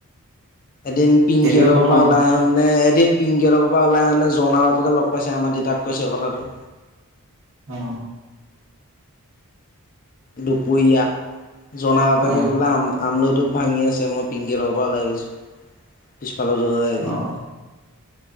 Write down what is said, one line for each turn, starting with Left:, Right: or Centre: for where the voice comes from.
Left: এদিন পিংকী
Right: সেইটোৱে
Left: হঁতৰ
Right: প্ৰথম
Left: পৰা ওলাই আহোঁতে, এদিন পিংকি হঁতৰ ঘৰৰ পৰা ওলাই আহোঁতে জনাল আনোকে লগ পাইছে আমাৰ দেউতাক কৈছে কথাটো।
Right: অ
Left: দুপুৰিয়া, জনাৰ বাপেকে
Right: অ
Left: কবলৈ আম আমলৈ টো ভাঙি আছে মই পিংকি হতৰ পৰা ওলাই আহিছো। আইডি।
Right: অ